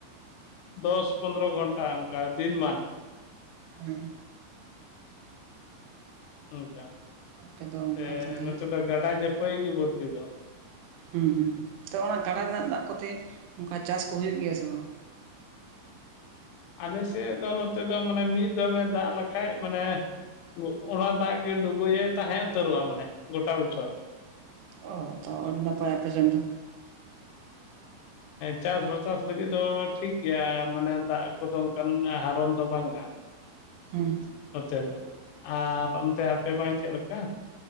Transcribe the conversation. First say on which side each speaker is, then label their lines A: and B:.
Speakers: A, on the left (about 80°); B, on the right (about 80°).
A: ᱫᱚᱥ ᱯᱚᱱᱫᱨᱚ ᱜᱷᱚᱱᱴᱟ ᱚᱱᱠᱟ ᱫᱤᱱ ᱢᱟᱱᱛᱷ᱾
B: ᱦᱮᱸ᱾
A: ᱩᱱᱠᱟ
B: ᱟᱯᱮ ᱫᱚ ᱚᱱᱠᱟ
A: ᱮ
B: ᱛᱟᱦᱚᱞᱮ
A: ᱱᱚᱛᱮ ᱫᱚ ᱜᱟᱰᱟ ᱡᱟᱹᱯᱟᱹᱭ ᱜᱮ ᱵᱟᱹᱲᱛᱤ ᱫᱚ᱾
B: ᱦᱩᱸ, ᱦᱩᱸ, ᱛᱚ ᱚᱱᱟ ᱜᱟᱰᱟ ᱨᱮᱱᱟᱜ ᱫᱟᱜ ᱠᱚᱛᱮ ᱚᱱᱠᱟ ᱪᱟᱥ ᱠᱚ ᱦᱩᱭᱩᱜ ᱜᱮᱭᱟ ᱥᱮ ᱵᱟᱝ?
A: ᱟᱞᱮ ᱥᱮ ᱫᱚ ᱱᱚᱛᱮ ᱫᱚ ᱢᱟᱱᱮ ᱢᱤᱫ ᱫᱚᱢᱮ ᱫᱟᱜ ᱞᱮᱠᱷᱟᱡ ᱢᱟᱱᱮ <inaudible> ᱚᱱᱟ ᱫᱟᱜ ᱜᱮ ᱰᱩᱜᱩᱭᱮ ᱛᱟᱦᱮᱸ ᱩᱛᱟᱹᱨᱚᱜᱼᱟ ᱢᱟᱱᱮ ᱜᱚᱴᱟ ᱵᱚᱪᱷᱚᱨ᱾
B: ᱚ ᱛᱚ ᱚᱱᱱᱟᱛᱮ ᱟᱯᱮ ᱥᱮᱱ ᱫᱚ
A: ᱪᱟᱥ ᱵᱟᱪᱟᱥ ᱞᱟᱹᱜᱤᱫ ᱫᱚ ᱴᱷᱤᱠ ᱜᱮᱭᱟ ᱢᱟᱱᱮ ᱫᱟᱜ ᱠᱚᱫᱚ ᱚᱱᱠᱟᱱ ᱦᱟᱨᱚᱱ ᱫᱚ ᱵᱟᱝ
B: ᱦᱩᱸ
A: ᱪᱮᱫᱚᱜ-ᱟ ᱟᱨ ᱚᱱᱛᱮ ᱟᱯᱮ ᱵᱟᱦᱤ ᱪᱮᱫ ᱞᱮᱠᱟ?